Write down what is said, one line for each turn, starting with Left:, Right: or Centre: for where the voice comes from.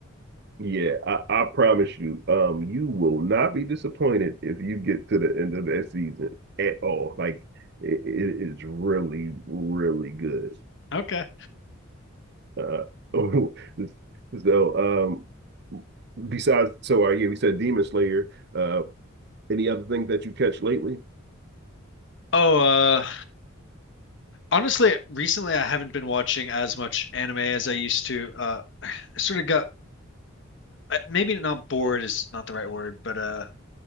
Right: Yeah, I, I promise you, um, you will not be disappointed if you get to the end of that season at all. Like it, it is really, really good.
Left: Okay.
Right: Uh, <laughs> so um, besides, so uh, yeah, we said Demon Slayer. Uh, any other things that you catch lately?
Left: Oh, uh, honestly, recently I haven't been watching as much anime as I used to. Uh, I sort of got uh, maybe not bored is not the right word, but uh,